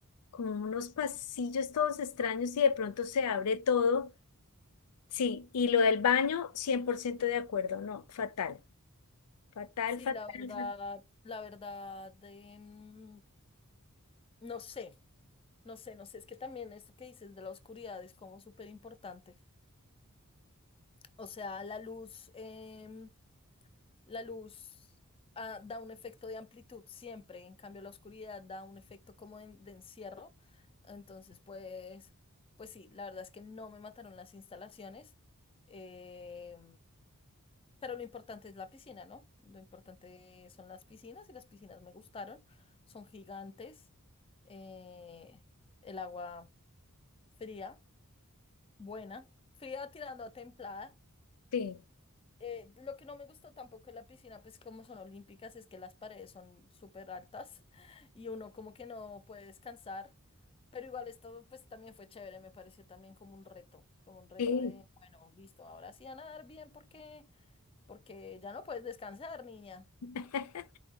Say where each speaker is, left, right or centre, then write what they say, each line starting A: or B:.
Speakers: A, on the left (about 85°); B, on the left (about 25°).
A: con unos pasillos todos extraños y de pronto se abre todo. Sí, y lo del baño, 100% de acuerdo, no, fatal, fatal,
B: sí,
A: fatal,
B: la verdad,
A: fatal.
B: la verdad, eh, mm, no sé, no sé, no sé, es que también esto que dices de la oscuridad es como súper importante. O sea, la luz, em, La luz ah, da un efecto de amplitud siempre, en cambio la oscuridad da un efecto como de, de encierro. Entonces, pues, pues sí, la verdad es que no me mataron las instalaciones, eh, pero lo importante es la piscina, ¿no? Lo importante son las piscinas y las piscinas me gustaron, son gigantes, eh, el agua fría, buena, fría tirando a templada.
A: Sí,
B: Eh, lo que no me gustó tampoco de la piscina, pues como son olímpicas, es que las paredes son súper altas <laughs> y uno como que no puede descansar. Pero igual esto pues también fue chévere, me pareció también como un reto, como un reto
A: sí.
B: de, bueno, listo, ahora sí a nadar bien porque, porque ya no puedes descansar, niña.
A: <laughs>